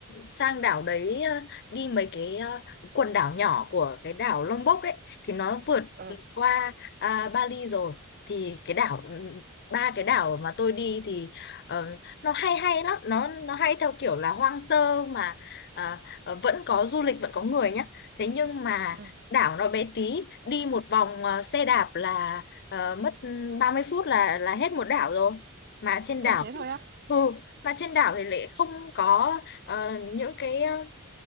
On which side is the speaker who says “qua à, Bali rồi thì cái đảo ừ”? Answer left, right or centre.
Left